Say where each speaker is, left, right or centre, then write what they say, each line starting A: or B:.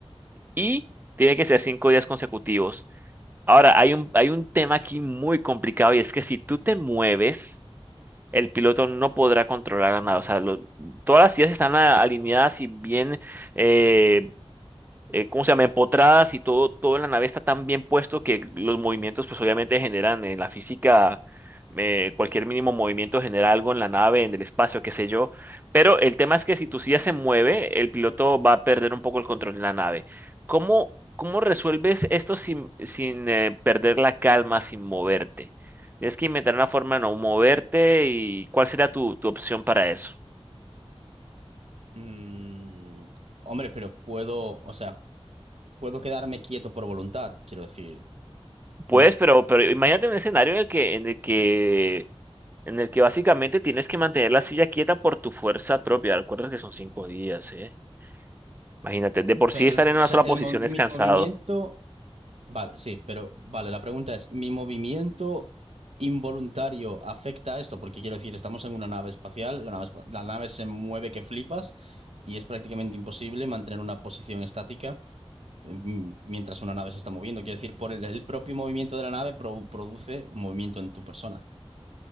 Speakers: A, on the right; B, on the right.
A: y tiene que ser cinco días consecutivos. Ahora, hay un, hay un tema aquí muy complicado y es que si tú te mueves, el piloto no podrá controlar la nave, o sea, lo- todas las sillas están a- alineadas y bien eh, eh, ¿cómo se llama? Empotradas y todo, todo en la nave está tan bien puesto que los movimientos pues obviamente generan en la física, eh, cualquier mínimo movimiento genera algo en la nave, en el espacio, qué sé yo. Pero el tema es que si tu silla se mueve, el piloto va a perder un poco el control de la nave. ¿Cómo, cómo resuelves esto sin, sin eh, perder la calma, sin moverte? Tienes que inventar una forma de no moverte y ¿cuál sería tu, tu opción para eso?
B: Mm, hombre, pero puedo, o sea, puedo quedarme quieto por voluntad, quiero decir.
A: Pues,
B: No,
A: pero, pero imagínate un escenario en el que, en el que en el que básicamente tienes que mantener la silla quieta por tu fuerza propia. Recuerda que son cinco días, ¿eh? Imagínate, de por
B: pero,
A: sí estar
B: el-
A: en
B: o
A: una
B: sea,
A: sola posición
B: el, mo- mi
A: es cansado.
B: movimiento. Vale, sí, pero vale, la pregunta es, ¿mi movimiento involuntario afecta a esto? Porque quiero decir, estamos en una nave espacial, la nave, espa- la nave se mueve que flipas y es prácticamente imposible mantener una posición estática. mm, mientras una nave se está moviendo. Quiero decir, por el, el propio movimiento de la nave pro- produce un movimiento en tu persona.